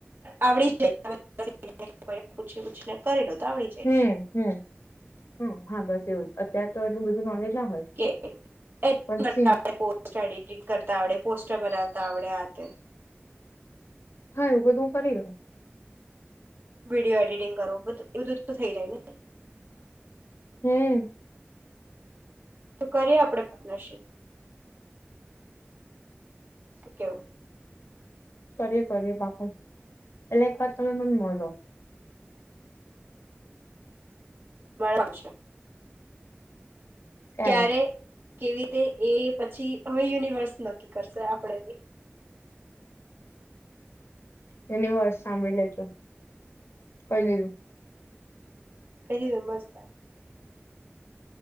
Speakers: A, on the right; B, on the left.
A: આવડી જાય પૂછી પૂછીને કરી લો તો આવડી જાય
B: હમ હમ હમ હા બસ એવું અત્યારે તો એટલું બધું નોલેજ ના હોય
A: કેતા
B: પણ સી
A: પોસ્ટડ કરતાડ બરા આવડ્યા તે
B: હા એવું બધું હું કરી રહ્યો
A: વિડીિયો એડિટિંગ કરોું એ બધું તો થઈ જાય ને
B: હમ
A: તો કરીએ આપણે પાર્ટનરશીપ શું કેવું
B: કરીએ કરીએ બાપુ પેલા એક વાત તમે મને મળો
A: તમારા પાશે
B: ત્યારે
A: ક્યારે કેવી રીતે એ પછી હવે યુનિવર્સ નક્કી કરશે આપણેની
B: યુનિવર્સ સાંભળી લેજો કઈ દીું
A: કઈી તું બસત